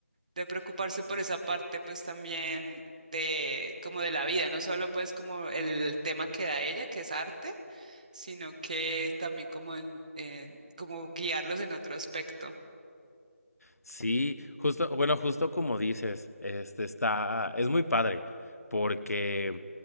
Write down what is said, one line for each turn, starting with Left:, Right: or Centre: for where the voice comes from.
Right: de preocuparse por esa parte, pues también de como de la vida, no solo pues como el tema que da ella, que es arte, sino que también como en- eh, como guiarlos en otro aspecto.
Left: Sí, justo, bueno, justo como dices, este está, es muy padre, porque